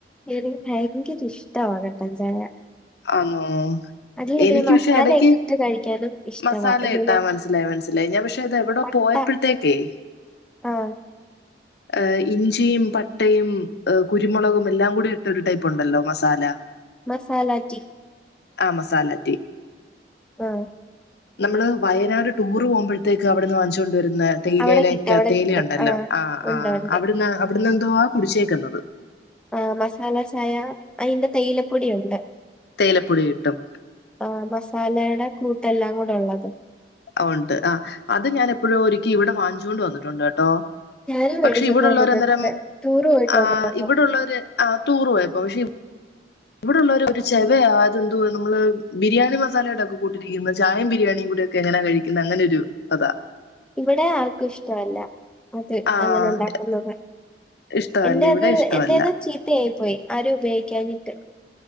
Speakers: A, in the centre; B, on the left (about 65°).
A: എനിക്ക് ഭയങ്കര ഇഷ്ടവാണ് കട്ടൻ ചായ
B: ആന്നോ
A: അതിലിങ്ങനെ
B: എനിക്ക്
A: മസാലയൊക്കെ
B: പക്ഷെ എടക്ക്
A: ഇട്ട് കഴിക്കാനും ഇഷ്ടവാ.
B: മസാല
A: എന്തെലും
B: ഇട്ടാ മനസ്സിലായി മനസ്സിലായി ഞാൻ പക്ഷെ അത് എവിടെ
A: പട്ട
B: പോയപ്പോഴ തെകേ-
A: ആഹ്
B: ഏഹ് ഇഞ്ചിയും പട്ടയും കുരുമുളകും എല്ലാം കൂടി ഇട്ട ഒരു ടൈപ്പ് ഉണ്ടല്ലോ മസാല
A: മസാല റ്റീ
B: ആഹ് മസാലറ്റീ
A: ആഹ്
B: നമ്മള് വയനാട് ടൂറ് പോകുമ്പോഴത്തേക്ക് അവിടുന്ന് വാങ്ങിച്ചോണ്ട് വരുന്ന തേയിലയിലേക്ക
A: അവിടെ കിട്ടും അവിടെ
B: തേയില
A: കിട്ടും.
B: ഉണ്ടല്ലോ ആഹ്
A: ഉണ്ട്
B: ആഹ്
A: ഉണ്ട്.
B: അവിടുന്ന് അവിടുന്ന് എന്തോ ആഹ് കുടിച്ചേക്കുന്നത്
A: ആഹ് മസാല ചായ അതിന്റെ തെയിലപ്പൊടി ഉണ്ട്
B: തേയിലപ്പൊടി കിട്ടും
A: ആഹ് മസാലയുടെ കൂട്ടെല്ലാം കൂടെ ഉള്ളത്
B: ഉണ്ട് ആഹ് അത് ഞാൻ എപ്പോഴും ഒരിക്കി ഇവിടെ വാഞ്ചുകൊണ്ട് വന്നിട്ടുണ്ട് കേട്ടോ
A: ഞാനും
B: പക്ഷെ
A: മേടിച്ചിട്ട്
B: ഇവിടെള്ളവര്
A: വന്നിട്ടുണ്ട്.
B: അന്നേരം
A: ടൂറ് പോയിട്ട്
B: ആഹ്
A: വന്നപ്പോ.
B: ഇവിടുള്ളവര് ടൂർ പോയപ്പോ പക്ഷെ ഇവിടെള്ളര ഒരു ചെവയാ അതത് എന്തുവ നമ്മള് ബിരിയാണി മസാലയുടെക്കെ കൂട്ടിരിക്കുന്നത് ചായയുംബിരിയാണിയും കൂടി ഒക്കെ എങ്ങനെ കഴിക്കും അങ്ങനെ ഒരു കഥാ
A: ഇവിടെ ആർക്കും ഇഷ്ടമല്ല അതെ
B: ആഹ്
A: അങ്ങനെ ഉണ്ടാക്കുന്നത്
B: ഇഷ്ടമല്ല
A: എന്റെത്
B: ഇവിടെ ഇഷ്ടമല്ല
A: എന്റെത് ചീത്തയായി പോയി ആരും ഉപയോഗിക്കഞ്ഞിട്ട്